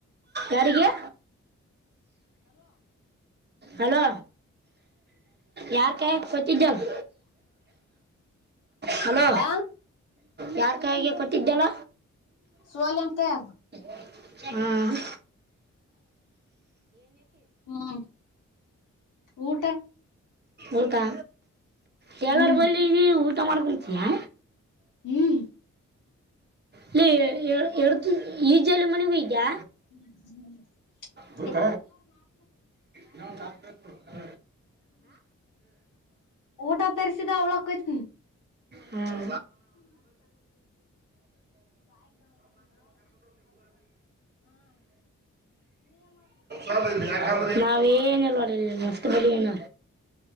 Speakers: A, on the right (about 35°); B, on the left (about 75°).
A: ಯಾರಿಗೆ ಹಲೋ ಯಾರ ಕ ಕೊತ್ತಿದ್ದಲ್ ಹಲೋ
B: ಹಾ
A: ಯಾರ್ ಕಾಯಿಗೆ ಕೊತಿದ್ದ್ಯಲ್ಲ
B: ಸಲ್ಂಂತಯಾಗ
A: ಹ್ಮ್
B: ಹ್ಮ್ ಊಟ
A: ಊಟಾ
B: ಹ್ಮ್
A: ಕೆಲರ ಬಲ್ಲಿ ಇದಊ ಮತ್ತ ಮಾಡಡ್ಕಚ ಹಾ
B: ಹ್ಮ್
A: ಇಲ್ಲ ಎ ಈಜಾಲ ಮನೆ ಹೂ ಇದ್ದಾ
B: ಹ್ಮ್ ಹ್ಮ್
A: ಬೂತ ನ
B: ಊಟ ತಸಿದ ಅವಳಯ್ತ
A: ಹ್ಮ್. ಎಸ ಬ <unintelligible> ನಾವಏನುಲ್ವಾಡಲ್ಲಿ ಮಸ್ತ್ ಬಲಿಯಣ